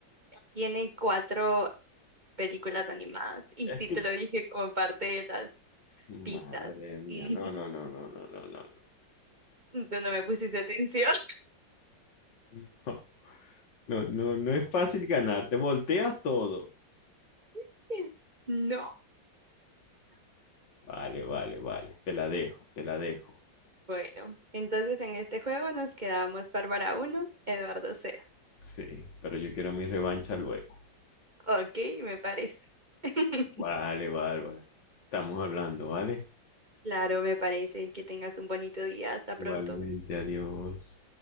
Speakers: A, on the right; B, on the left.
A: Tiene cuatro películas animadas y
B: Es
A: sí
B: que,
A: te lo dije como parte de las pistas.
B: madre mía,
A: Ujú.
B: no, no, no, no, no, no, no. no.
A: Tú no me pusiste atención.
B: No, no, no, no es fácil ganar, te volteas todo.
A: <laughs> No.
B: Vale, vale, vale, te la dejo, te la dejo.
A: Bueno, entonces en este juego nos quedamos Bárbara uno, Eduardo 0.
B: Sí, pero yo quiero mi revancha luego.
A: Ok, me parece. <laughs>
B: Vale, Bárbara. Estamos hablando, ¿vale?
A: Claro, me parece. Que tengas un bonito día. Hasta
B: Igualmente,
A: pronto.
B: adiós.